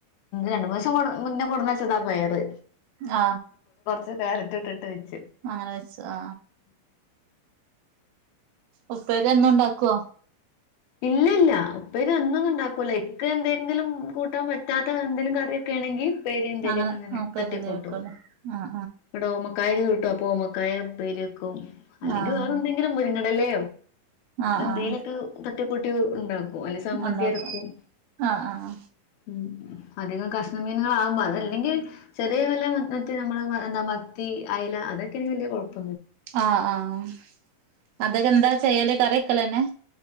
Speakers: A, on the left; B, on the right.
A: രണ്ടു മുസം കൊ മുന്നേ കൊടുന്നാച്ചതാ പോയറ്
B: ആ
A: കാലത്തട്ടുണ്ട്
B: അങ്ങനെ വെച്ച താ ഉപ്പര് എന്നുംണ്ടാക്കോ
A: ഇല്ല ഇല്ല ഉപ്പേരി എന്നൊന്നും ഉണ്ടാക്കൂല എക്കെ എന്തെങ്കിലും കൂട്ടാൻ പറ്റാത്ത എന്തങ്കലും കറിയൊക്കെ ആണെങ്കിൽ പേര് എന്തേലുമൊക്കെ
B: അങ്ങനെ
A: ഇങ്ങനെ
B: ഉപ്പേരി
A: തട്ടിക്കൊട്ടും
B: എന്തേ വെക്കുവല്ലേ ആഹ്
A: ഇവിടെ കായക കട്ടും അപ്പൊമ്മക്കായ പേര് വെക്കും അല്ലെങ്കിൽ
B: ആഹ് ആഹ്
A: വേറെ എന്തെങ്കിലും മുരിങ്ങടലെ
B: ആഹ്
A: എന്തേലൊക്കെ
B: ആഹ്
A: തട്ടക്കുട്ടി ഉണ്ടാകും അല്ല സമ്മന്തി
B: ഉണ്ടാക്കും
A: ഇറക്കും
B: ആഹ് ആഹ്
A: ഉം അധികം കഷ്ണ മീനുകൾ ആകുമ്പോ അത അല്ലെങ്കിൽ ചെറിയ വല മ നമ്മള് എന്താ മത്തി ആ ലാ അതൊക്കെ വല്യ കുഴപ്പ
B: ആഹ ആഹ് അതൊക്കെ എന്താ ചെയ്യല്േ കറിക്കലന്നെ